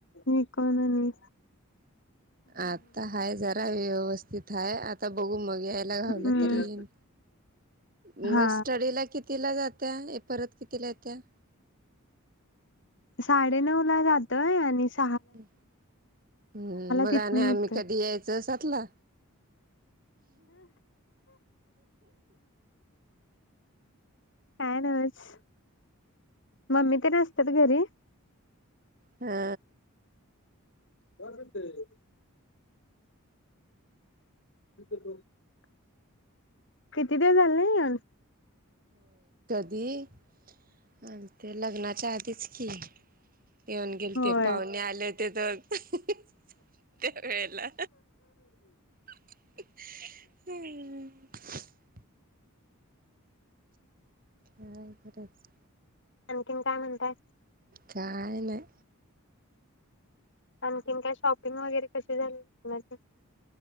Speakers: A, on the left (about 55°); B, on the right (about 40°).
A: मी कोणं नही.
B: आता हा जरा व्यवस तिथ आहे आत ता बघू मग यायला घावलं
A: हम्म
B: तर येईन म
A: हा
B: स्टडीला कित तीला जात्या ये परत कितीला येत्या?
A: साडेनऊ ला जातोय आणि स
B: ह हम्म मग
A: तिथून
B: आणि आम्ही
A: निघतोय.
B: कधी यायचं सातला?
A: पॅनच मम्मी तर नसत्यात घरी
B: हा.
A: <unintelligible> <inaudible> किती ते झाले या
B: दी अन ते लग्नाच्या आधीच की येऊन गेलते
A: होय.
B: पावणे आलेत ते तर त्या वेळेला <inaudible> हा खरंच
A: अनकीन काय मंताय?
B: काय नाय?
A: आणखीन काय शॉपिंग वगैरे कशी झाली तुमची?